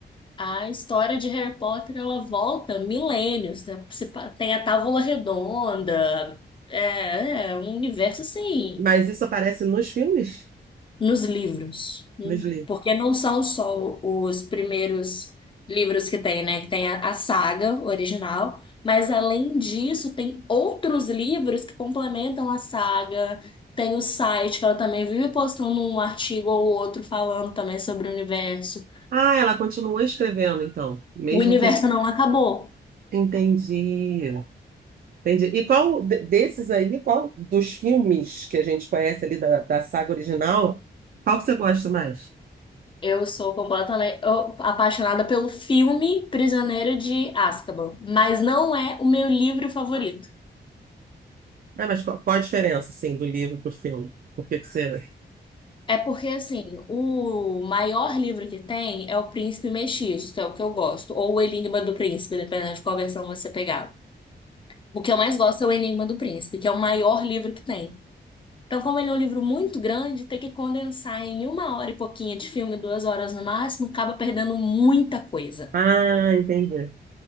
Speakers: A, on the left; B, on the right.
A: A história de Harry Potter, ela volta milênios, né? Se pa- Tem a Távola Redonda, é, é um universo assim,
B: Mas isso aparece nos filmes?
A: nos livros. né?
B: Nos livros.
A: Porque não são só os primeiros livros que tem, né? Que tem a, a saga original, mas além disso, tem outros livros que complementam a saga. Tem o site que ela também vive postando um artigo ou outro falando também sobre o universo.
B: Ah, ela continua escrevendo, então. Mesmo
A: O universo
B: que.
A: não acabou.
B: Entendi. Entendi. E qual de- desses aí, qual dos filmes que a gente conhece ali da, da saga original, qual que você gosta mais?
A: Eu sou completamente eu- apaixonada pelo filme Prisioneiro de Azkaban, mas não é o meu livro favorito.
B: Ah, mas qual, qual a diferença, assim, do livro pro filme? Por que que você.
A: É porque, assim, o maior livro que tem é O Príncipe Mestiço, que é o que eu gosto, ou O Enigma do Príncipe, dependendo de qual versão você pegar. O que eu mais gosto é O Enigma do Príncipe, que é o maior livro que tem. Então, como ele é um livro muito grande, ter que condensar em uma hora e pouquinho de filme, duas horas no máximo, acaba perdendo muita coisa.
B: Ah, entendi.